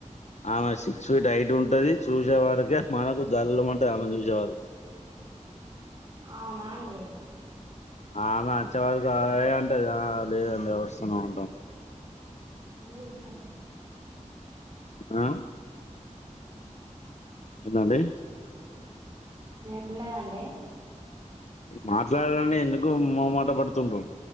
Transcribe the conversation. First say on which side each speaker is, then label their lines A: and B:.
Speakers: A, on the left; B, on the right.
A: ఆమె సిక్స్ ఫీట్ హైట్ ఉంటది చూసేవరకే మనకు జల్లుమంటది ఆమె చూసేవారుకి
B: అవునా అండి
A: ఆమె అచ్చేవారుకు అంటే లేదండి వస్తనే ఉంటాం
B: ఇంతల
A: ఆ ఎందండీ
B: ఉండదండి
A: మాట్లాడండి ఎందుకు మోమట పడుతుండ్రు